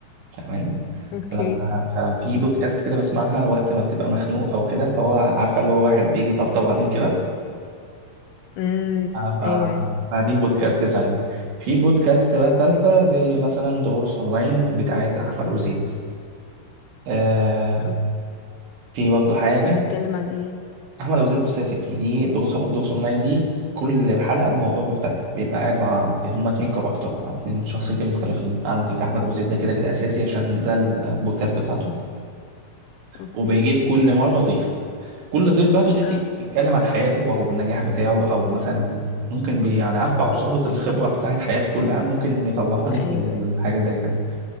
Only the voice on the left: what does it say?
اوكي
امم
ايوه
اوكي
بتتكلم عن ايه
اوكي
اه
ايوه